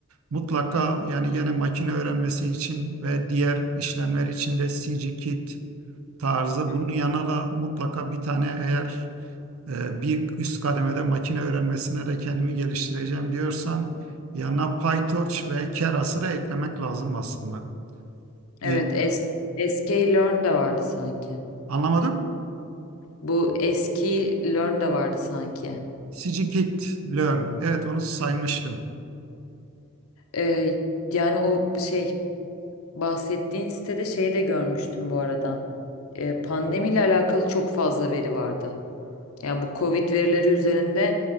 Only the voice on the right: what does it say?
mutlaka
yani gene makine öğrenmesi için ve diğer işlemler için de SciKit tarzı
bunun yanına da mutlaka bir tane eğer e, bir üst kademede makine öğrenmesine de kendimi geliştireceğim diyorsan yanına PyTorch ve Keras'ı da eklemek lazım aslında.
İyi.
Anlamadım.
Scikit Learn. Evet onu saymıştım.